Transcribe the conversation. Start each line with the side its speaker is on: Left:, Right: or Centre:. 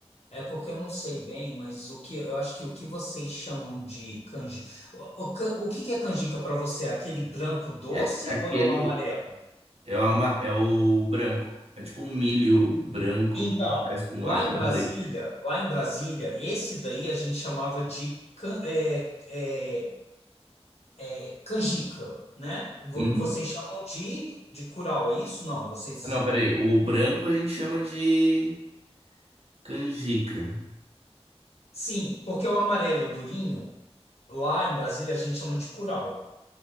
Left: é porque eu não sei bem, mas o que eu acho que o que vocês chamam de canjica, o, o, can- o que que é canjica para você? É Aquele branco doce
Right: É aquele.
Left: ou é o amarelo?
Right: É, uma, é o branco. É tipo um milho branco
Left: Então,
Right: que faz com
Left: lá
Right: água,
Left: em Brasília,
Right: com leite.
Left: lá em Brasília, esse daí a gente chamava de can- é, é, é, canjica, né? Vo-
Right: Uhum.
Left: Vocês chamam de, de curau, é isso? Não, vocês.
Right: Ah, Não, peraí. O branco a gente chama de canjica.
Left: Sim, porque o amarelo durinho, lá em Brasília a gente chama de curau.